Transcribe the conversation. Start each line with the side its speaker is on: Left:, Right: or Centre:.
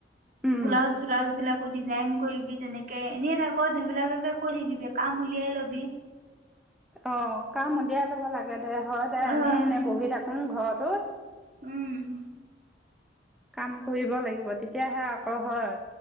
Centre: উম।
Right: বোলাউজ চলাউজ বিলাক আকৌ ডিজাইন কৰিবি তেনেকে এনেই থাকত সেইবিলাককে কৰি দিবি কাম উলিয়াই লবি
Centre: অ কাম উলিয়াই ল'ব লাগে দে হয় দে
Right: আহ
Centre: এনেই এনে বহি তাক উ ঘৰতে <unintelligible>
Right: উম
Centre: কাম কৰিব লাগিব তেতিয়াহে আকৌ হয়